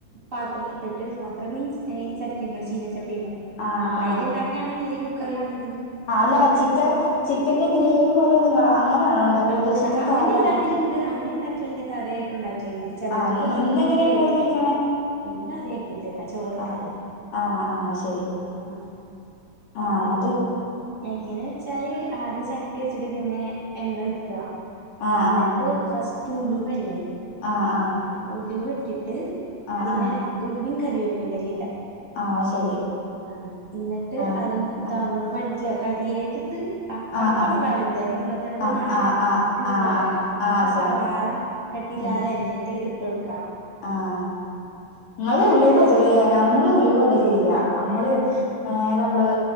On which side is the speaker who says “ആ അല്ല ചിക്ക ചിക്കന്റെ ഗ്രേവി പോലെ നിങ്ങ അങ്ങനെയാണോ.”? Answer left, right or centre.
Left